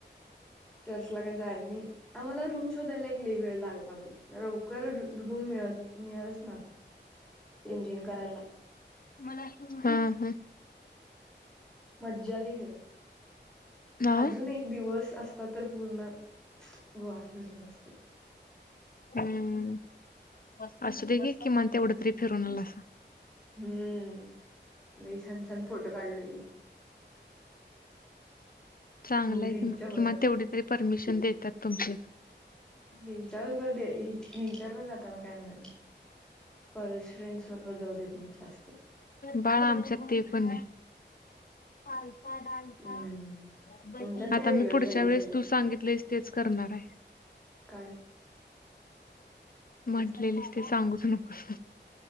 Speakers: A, in the centre; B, on the left (about 50°).
A: चर्चला काही जायल नाही आम्हाला रूम शोधायला एक लई वेळ लागला बाई लवकर रूम मिळत मिळसना चेंजिंग करायला.
B: ह हम्म.
A: मज्जा आली खर
B: हा
A: अजून एक दिवस असता तर पूर्ण. गोवा फिरलो असतो
B: हम्म. असुदे की किमान तेवढं तरी फिरून आलासा.
A: हम्म लई छान छान फोटो काढलोय मी.
B: चांगलाय
A: दिदीच्या
B: कि म
A: फोनवर
B: किंमान तेवढी तरी परमिशन देत्यात तुमचे.
A: हेच्या बरोबर दे हेंच्या बरोबर जाताना काय नाय. कॉलेज फ्रेंड्स बरोबर जाऊ देत नाही जास्त.
B: बाळा आमच्यात ते पण नाही. पलता डालका.
A: हम्म तुमच्यात काय
B: आता मी
A: वेगळंच
B: पुढच्या
A: आहे गे
B: वेळेस
A: सगळं
B: तू सांगितलंस तेच करणारे.
A: काय
B: म्हटलेलीस ते सांगूच नकोस.